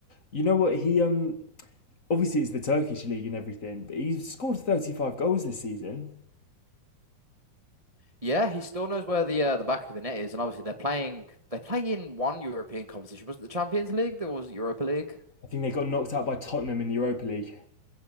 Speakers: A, on the left; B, on the right.
A: You know what? He um obviously it's the Turkish league and everything, but he's scored 35 goals this season.
B: Yeah, he still knows where the uh, the back of the net is, and obviously they're playing they play in one European competition. Was it the Champions League? There was it Europa League.
A: I think they got knocked out by Tottenham in the Europa League.